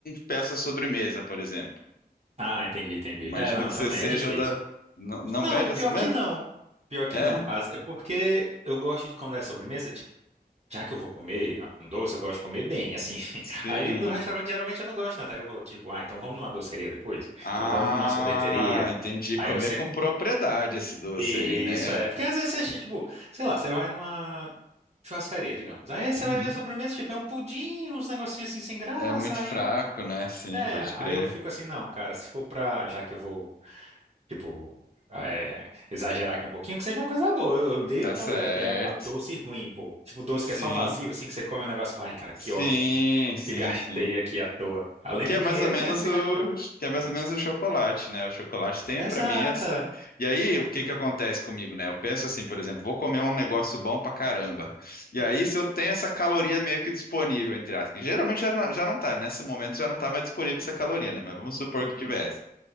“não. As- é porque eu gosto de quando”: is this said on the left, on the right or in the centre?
Right